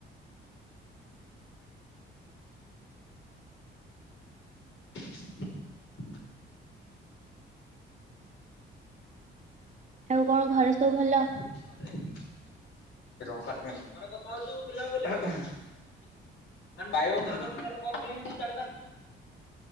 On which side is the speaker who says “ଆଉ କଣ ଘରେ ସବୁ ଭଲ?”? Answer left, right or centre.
Right